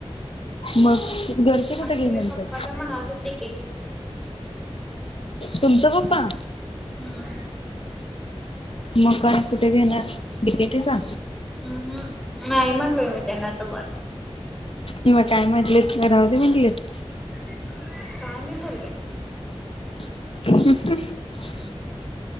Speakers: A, on the left; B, in the centre.
A: मग घरचे कुठ
B: आमचे
A: घे म्हणतात?
B: पप्पा तर म्हणाले डिकेटी
A: तुमच पप्पा
B: हम्म
A: मग काय? कुठे घेणार? <unintelligible> जा
B: अं हम्, नाही म्हटलोय मी त्येंना तवाच.
A: मग काय म्हटलेत? राहू दे म्हटलीत?
B: <inaudible> काय नाही बोलले.
A: <unintelligible>